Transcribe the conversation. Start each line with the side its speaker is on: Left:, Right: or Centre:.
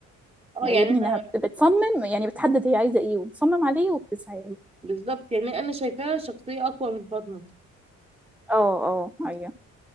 Right: اه
Centre: يعجبني
Right: يعني انا
Centre: انها بت- بتصمم يعني بتحدد هي عايزه ايه وبتصمم عليه وبتسعى له
Right: بالظبط يعني انا شايفاها شخصيه اقوى من فاطمه
Centre: اه اه ايوه